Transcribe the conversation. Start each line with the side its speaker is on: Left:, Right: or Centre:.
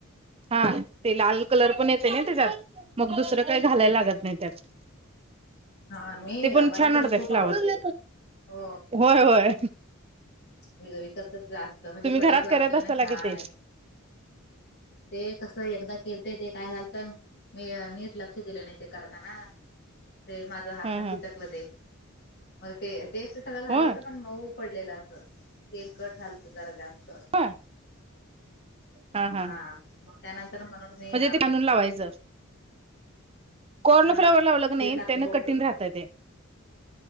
Right: हा ते लाल कलर पण येते ना त्याच्यात मग दुसरं काही घालायला लागत नाही त्यात
Left: हा मी
Right: ते पण
Left: मला
Right: छान
Left: ते
Right: वाटतय
Left: खूप
Right: फ्लावर
Left: आवडते. हो
Right: होय होय
Left: विकतच जास्त म्हणजे
Right: तुम्ही
Left: कडक
Right: घरात
Left: लागतोय
Right: करत असताला
Left: ना छान
Right: कि ते
Left: ते कस एकदा केल ते ते काय घालत मी नीट लक्ष दिलं नाही ते करताना ते माझ हात
Right: ह ह
Left: ना फिथकलं ते मग ते तेच सगळं झालं
Right: होय
Left: होतं पण मग पडलेलं अस तेल कट झालत जरा जास्त
Right: ह हा हा
Left: हा मग त्यानंतर म्हणून मी
Right: म्हणजे ते आणून लावायचं कॉर्न
Left: हा
Right: फ्लावर लावल नाही
Left: पीठ लागत
Right: त्यान
Left: भोपळ
Right: कठीण राहत ते